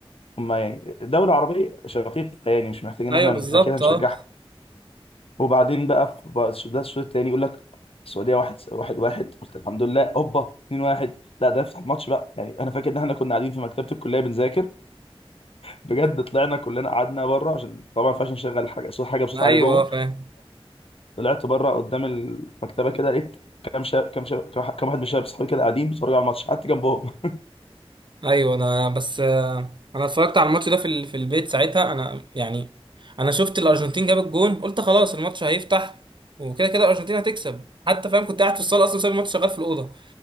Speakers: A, on the left (about 65°); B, on the right (about 50°).
A: هم يعني دوله عربيه شقيقه يعني مش محتاجين
B: أيوة
A: ان احنا
B: بالظبط
A: اكيد هنشجعها
B: أه
A: وبعدين بقى في بقى الش- ده الشوط الثاني يقول لك السعوديه 1 1 1 قلت الحمد لله هوبا 2 1 لا ده يفتح الماتش بقى يعني انا فاكر ان احنا كنا قاعدين في مكتبه الكليه بنذاكر بجد طلعنا كلنا قعدنا بره عشان طبعا ما ينفعش نشغل حاجه صوت حاجه بصوت
B: أيوة
A: عالي جوه
B: آه، فاهم
A: طلعت بره قدام المكتبه كده لقيت كام شاب كام شاب كام واحد من شباب صحابي كده قاعدين بيتفرجوا على الماتش قعدت جنبهم
B: ايوه انا بس آه، انا اتفرجت على الماتش ده في ال- في البيت ساعتها انا يعني انا شفت الارجنتين جاب الجون قلت خلاص الماتش هيفتح وكده كده الارجنتين هتكسب حتى فاهم كنت قاعد في الصاله اصلا سايب الماتش شغال في الاوضه